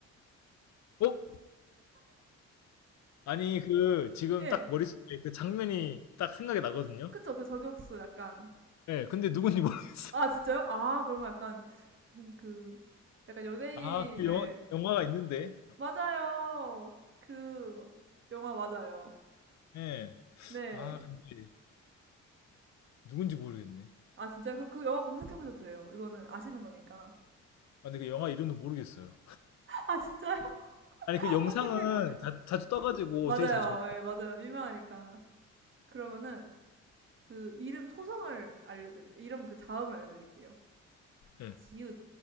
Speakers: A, on the left; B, on the right.
A: 어? 아니, 그, 지금
B: 예.
A: 딱 머릿속에 그 장면이 딱 생각이 나거든요?
B: 그쵸, 그 저격수 약간.
A: 네, 근데 누군지 모르겠어요.
B: 아, 진짜요? 아, 그러면 약간, 좀 그, 약간 연예인,
A: 아, 그
B: 예.
A: 영화, 영화가 있는데.
B: 맞아요. 그, 영화 맞아요.
A: 예.
B: 네.
A: 아 근데 누군지 모르겠네.
B: 아, 진짜? 그럼 그 영화 검색해보셔도 돼요. 이거는 아시는 거니까.
A: 아 근데 그 영화 이름도 모르겠어요.
B: 아, 진짜요? <laughs>
A: 아니 그 영상은
B: 어떡해.
A: 자, 자주 떠가지고
B: 맞아요.
A: 되게 자주 봤고.
B: 예, 맞아요. 유명하니까. 그러면은, 그, 이름 초성을 알려드릴, 이름 그 자음을 알려드릴게요.
A: 예.
B: 지읒,